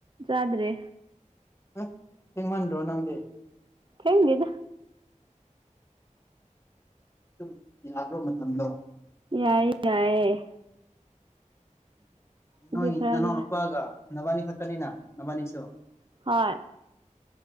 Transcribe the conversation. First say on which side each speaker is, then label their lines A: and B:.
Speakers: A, on the right; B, on the left.
A: ꯆꯥꯗ꯭ꯔꯦ
B: ꯍ ꯊꯦꯡ ꯃꯥꯟꯗꯣ ꯅꯪꯗꯦ
A: ꯊꯦꯡꯗꯗ
B: ꯑꯗꯨꯝ ꯌꯥꯕ ꯃꯇꯝꯗꯣ
A: ꯌꯥꯏꯌꯦ ꯌꯥꯏꯑꯌꯦ ꯍꯧꯖꯤꯛ
B: ꯅꯣꯏ
A: ꯈꯔ
B: ꯅꯅꯥꯎꯅ ꯅꯨꯄꯥꯒ ꯅꯕꯥꯅꯤ ꯈꯛꯇꯅꯤꯅ ꯅꯕꯥꯅꯤꯁꯨ
A: ꯍꯣꯏ